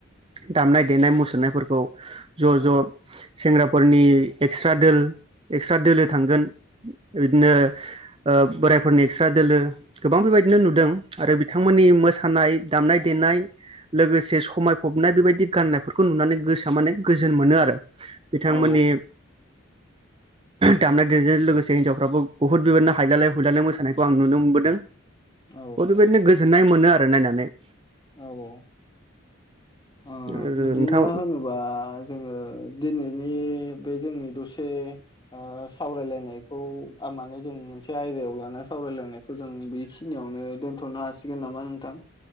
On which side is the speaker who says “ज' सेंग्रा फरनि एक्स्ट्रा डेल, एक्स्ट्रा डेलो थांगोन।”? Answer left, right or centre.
Right